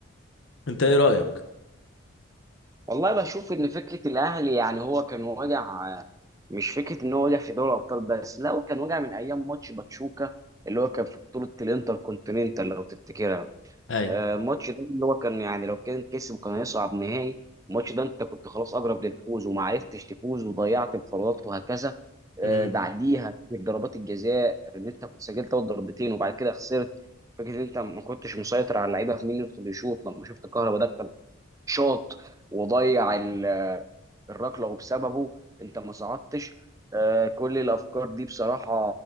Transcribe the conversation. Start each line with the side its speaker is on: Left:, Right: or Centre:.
Left: انت ايه رأيك
Right: والله بشوف ان فكره الاهلي يعني هو كان واجع آه، مش فكره ان هو واجع في دوري الابطال بس لا هو كان واجع من ايام ماتش باتشوكا اللي هو كان في بطوله الانتر كونتيننتال لو تفتكرها
Left: ايوه
Right: آه، الماتش ده اللي هو كان يعني لو كان كسب كان هيصعد نهائي الماتش ده انت كنت خلاص اقرب للفوز وما عرفتش تفوز وضيعت انفرادات وهكذا آه،
Left: امم
Right: بعديها في ضربات الجزاء ان انت كنت سجلت اول ضربتين وبعد كده خسرت فكره ان انت ما كنتش مسيطر على اللعيبه في مين يدخل يشوط لما شفت كهربا ده شاط وضيع ال- الركله وبسببه انت ما صعدتش آه، كل الافكار دي بصراحه